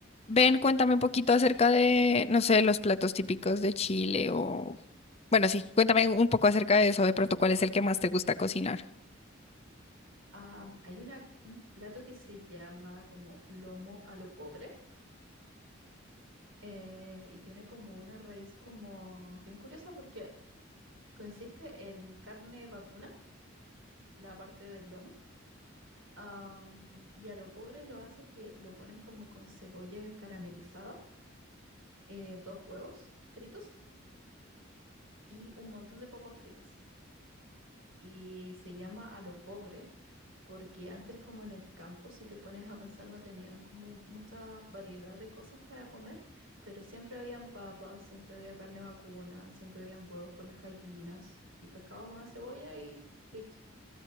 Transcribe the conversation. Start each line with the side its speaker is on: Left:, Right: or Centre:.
Left: Ven, cuéntame un poquito acerca de, no sé, los platos típicos de Chile o... Bueno, sí, cuéntame un poco acerca de eso, de pronto, ¿cuál es el que más te gusta cocinar?
Right: Am, hay una, un plato que se llama como lomo a lo pobre eh, y tiene como una raíz como bien curiosa porque consiste en carne vacuna, la parte del lomo, am, y a lo pobre lo hace que lo ponen como con cebolla caramelizada, eh, dos huevos fritos y un montón de papas fritas. y se llama A lo pobre, porque antes como en el campo, si te pones a pensar, no tenían como mucha variedad de cosas para comer, pero siempre habían papas, siempre había carne vacuna, siempre habían huevos por las gallinas y pescabas una cebolla y listo.